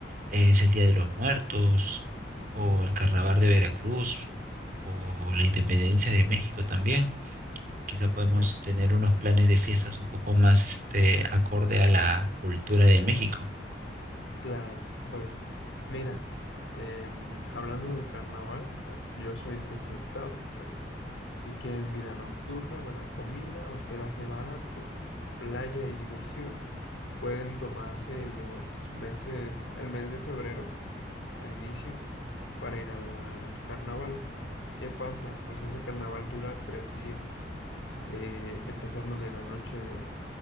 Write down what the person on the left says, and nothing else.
ya,
ya.
Claro, pues, mira, em, hablando del carnaval, pues yo soy de ese estado y pues, si quieren vida nocturna, buena comida, hospedaje barato, playa y diversión, pueden tomarse los meses, el mes de febrero. al inicio para ir al carnaval. ¿Qué pasa? Pues ese carnaval dura tres días de empezando de la noche de,